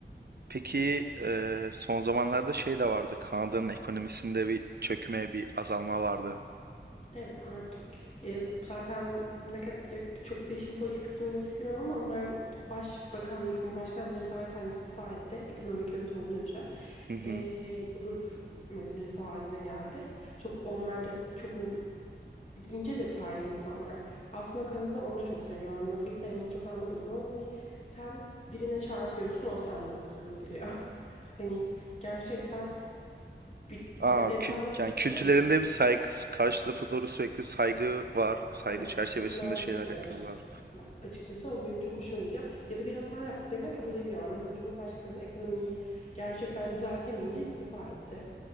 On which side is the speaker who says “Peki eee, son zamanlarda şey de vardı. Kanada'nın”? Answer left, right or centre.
Right